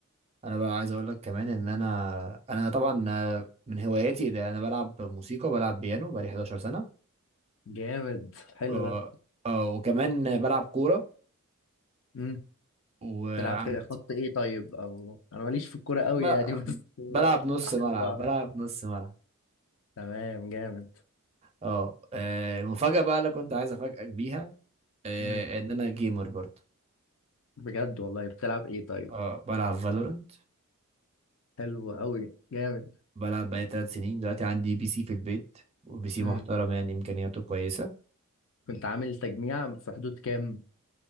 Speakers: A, on the right (about 30°); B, on the left (about 60°).
A: انا بقى عايز اقول لك كمان ان انا انا طبعا آه، من هواياتي ده انا بلعب موسيقى بلعب بيانو بقالي 11 سنة
B: جامد حلو
A: اه
B: ده
A: آه، وكمان بلعب كورة
B: امم
A: وعندي
B: تلعب كده خط إيه طيب أو أنا ماليش في الكورة قوي
A: ب-
B: يعني <laughs> بس
A: بلعب نص
B: أحب
A: ملعب
B: أعرف
A: بلعب نص ملعب
B: تمام جامد
A: اه آه، المفاجأة بقى اللي كنت عايز افاجئك بيها آه،
B: امم
A: ان انا جيمر برضه
B: بجد والله بتلعب إيه طيب
A: اه بلعب فالورنت
B: حلو قوي جامد
A: بلعب بقالي ثلاث سنين دلوقتي عندي بي سي في البيت وبي سي
B: امم
A: محترم يعني امكانياته كويسة
B: كنت عامل تجميع في حدود كام